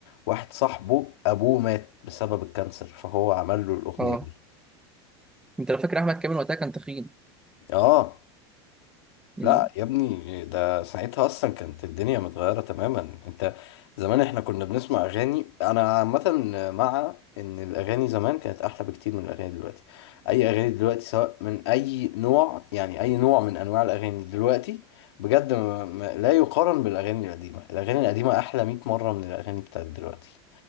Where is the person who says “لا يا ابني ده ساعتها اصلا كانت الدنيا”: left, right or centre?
Left